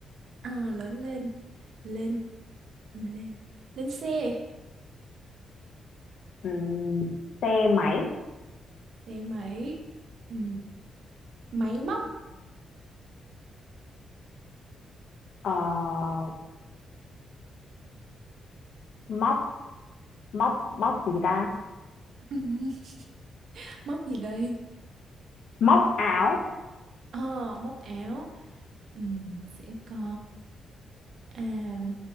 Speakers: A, on the right; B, on the left.
A: Ờ, lớn lên lên ừ, lên lên xe
B: Ừm, xe máy
A: xe máy ừ, máy móc
B: ờ, móc móc móc gì ta
A: <laughs> móc gì đây
B: móc áo
A: ờ, móc áo ừ, mình sẽ có à,